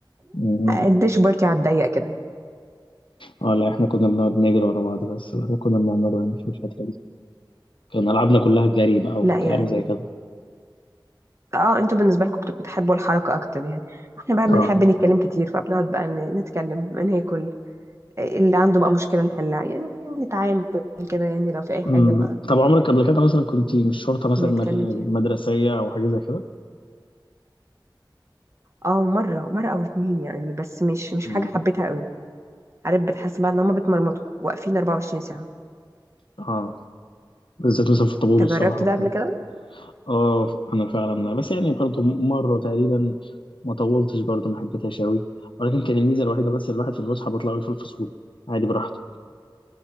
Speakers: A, on the left; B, on the right.
A: أمم.
B: الديش بارتي على الضيق كده
A: اه لا احنا كنا بنقعد نجري ورا بعض بس ده اللي كنا بنعمله يعني في الفتره دي كان العابنا كلها جري بقى
B: لا
A: وكلام
B: يعني
A: زي كده
B: اه انتوا بالنسبه لكم بتبقوا بتحبوا الحركه اكتر يعني احنا بقى
A: اه
B: بنحب نتكلم كتير فبنقعد بقى ن- نتكلم ناكل اللي عنده بقى مشكله نحلها يعني نتعامل كده يعني لو في اي حاجه
A: مم.
B: ما
A: طب عمرك قبل كده مثلا كنت مش شرطة مثلا
B: نتكلم
A: مل-
B: فيها
A: مدرسية أو حاجة زي كده؟
B: اه مره مره او اتنين يعني بس مش مش
A: مم.
B: حاجه حبيتها قوي عارف بتحس بقى ان هما بيتمرمطوا واقفين 24 ساعه
A: اه بالذات مثلا في الطابور
B: انت
A: والصبح
B: جربت
A: وكده
B: ده قبل كده
A: اه أنا فعلا بس يعني برضو مرة تقريبا ما طولتش برضو ما حبيتهاش أوي ولكن كان الميزة الوحيدة بس الواحد في الفسحة بيطلع في الفصول عادي براحته